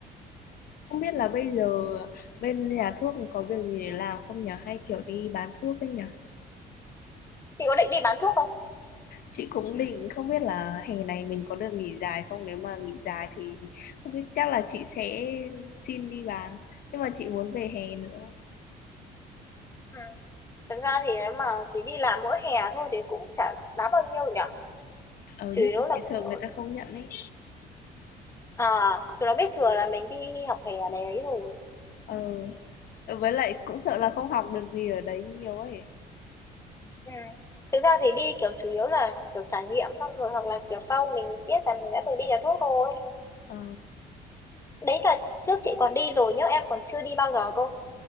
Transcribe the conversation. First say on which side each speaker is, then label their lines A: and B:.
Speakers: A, on the left; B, on the left.
A: Không biết là bây giờ bên nhà thuốc có việc gì để làm không nhở? Hay kiểu đi bán thuốc ấy nhở?
B: Chị có định đi bán thuốc không?
A: Chị cũng định không biết là hè này mình có được nghỉ dài không? Nếu mà nghỉ dài thì không biết chắc là chị sẽ xin đi bán. Nhưng mà chị muốn về hè nữa.
B: Ừ. Thực ra thì nếu mà chỉ đi làm mỗi hè thôi thì cũng chả đáng bao nhiêu nhở
A: Ờ,
B: Chủ
A: nhưng
B: yếu
A: mà
B: là
A: chị sợ
B: kiểu
A: người ta không nhận ấy.
B: À, tụi nó biết thừa là mình đi học hè này ấy rồi.
A: Ờ. với lại cũng sợ là không học được gì ở đấy nhiều ấy
B: Ừ. Thực ra thì đi kiểu chủ yếu là kiểu trải nghiệm xong rồi hoặc là kiểu sau mình biết là mình đã từng đi nhà thuốc thôi.
A: Ờ,
B: Đấy là trước chị còn đi rồi nhớ em còn chưa đi bao giờ cơ.